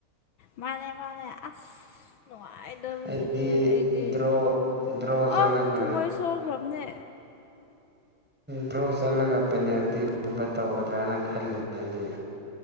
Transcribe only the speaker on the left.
ꯃꯥꯅꯦ ꯃꯥꯅꯦ ꯑꯁ ꯅꯨꯡꯉꯥꯏꯇꯕꯁꯤꯗꯤ
ꯑꯩꯗꯤ
ꯑꯣ ꯊꯃꯣꯏ ꯁꯣꯛꯈ꯭ꯔꯕꯅꯦ